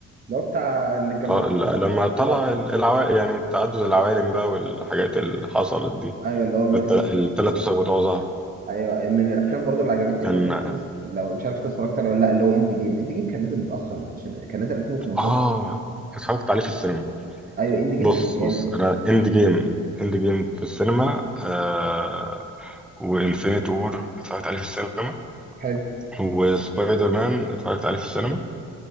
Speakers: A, on the right (about 30°); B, in the centre.
A: اللي هو بتاع اللي جمعوا
B: آه ل- لما
A: الشخصيات
B: طلع ال- العوالم يعني تعدد العوالم بقى والحاجات اللي حصلت دي
A: ايوه اللي هو المالتي
B: التل- التلات
A: فيرس
B: أسر بتوعه ظهر
A: ايوه من الافلام برضه اللي عجبتني
B: كان
A: الافينجرز لو مش عارف انت اتفرجت عليه ولا لا اللي هو اند جيم اند جيم كان نازل متاخر مش- كان نازل 2018
B: آه اتفرجت عليه في السينما
A: ايوه اند جيم
B: بص
A: كان جامد
B: بص أنا إند جيم إند جيم في السينما آه وإنفينيتي وور اتفرجت عليه في السينما
A: حلو
B: وسبايدر مان اتفرجت عليه في السينما